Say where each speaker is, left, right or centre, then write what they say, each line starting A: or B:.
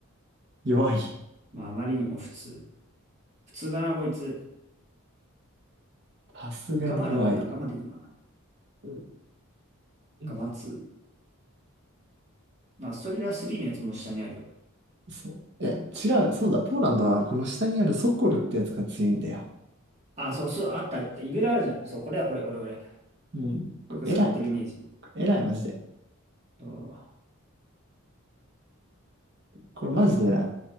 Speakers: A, on the right; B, on the right.
A: 弱い。
B: まああまりにも普通。普通だな、こいつ。
A: さすがに弱い。
B: ガマだもんな、ガマでいいな。
A: うんうん
B: ガマ2。まあストリラ3のやつも下にあるよ。
A: そう。いや、違う。そうだ。ポーランドはこの下にあるソコルってやつが強いんだよ。
B: あ、そう、そう、あったあった。イグラあるじゃん。そう、これだ、これ、これ、これ。
A: うん。これ偉い。
B: よく使ってるイメージ。
A: 偉い、マジで。
B: そう。あ
A: これマジで偉い。
B: あ。